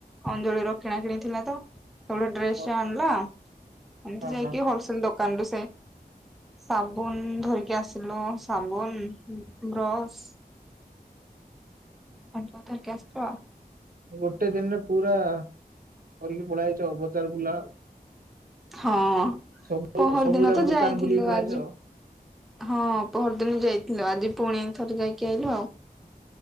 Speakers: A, in the centre; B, on the right.
A: ଅଞ୍ଜଳିର କିଣା କିିଣି ଥିଲା ତ ସେ ଗୋଟେ ଡ୍ରେସଟେ
B: ହଁ
A: ଆଣିଲା ଏମିତି ଯାଇକି
B: ହଁ
A: ହୋଲସେଲ ଦୋକାନରୁୁ ସେ ସାବୁନ ଧରିକି ଆସିଲୁ ସାବୁନ ବ୍ରଶ ପଞ୍ଚ ତାରଖେ ଆସ୍ତ <inaudible>
B: ଗୋଟେ ଦିନରେ ପୁରା କରିକି ପଲେଇ ଆସିଛ ବଜାର ବୁଲା ଆଉ।
A: ହଁ
B: ସବୁ
A: ପହର
B: ସବୁ
A: ଦିନ
B: ଯାକ
A: ତ ଯାଇଥିଲୁ
B: ଦୋକାନ ବୁଲିକି ପଳେଇଛ
A: ଆଜି
B: ଆଉ
A: ହଁ ପରଦିନ ଯାଇଥିଲ ଆଜି ପୁଣି ଥରେ ଯାଇକି ଆଇଲୁ ଆଉ।